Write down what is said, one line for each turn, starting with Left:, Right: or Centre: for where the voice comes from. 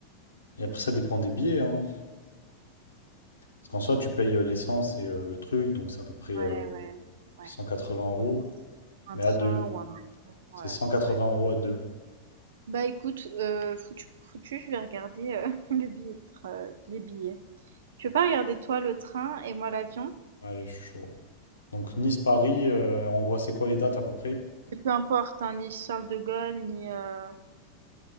Left: Et après, ça dépend des billets, hein. Parce qu'en soi, tu payes euh, l'essence et euh, le truc, donc c'est à peu près euh,
Right: ouais, ouais, ouais,
Left: 180 euros.
Right: un peu un
Left: Mais
Right: train
Left: à deux.
Right: ou un avion,
Left: C'est
Right: heu,
Left: 180
Right: ouais.
Left: euros à deux.
Right: Bah, écoute, heu, foutu pour foutu, je vais regarder, heu, <laughs> le billet de train, les billets. Tu veux pas regarder toi le train et moi l'avion?
Left: Allez, je suis chaud. Donc Nice-Paris, euh, on voit c'est quoi les dates à peu près. De toute
Right: Et peu importe, hein, ni Charles de Gaulle ni, heu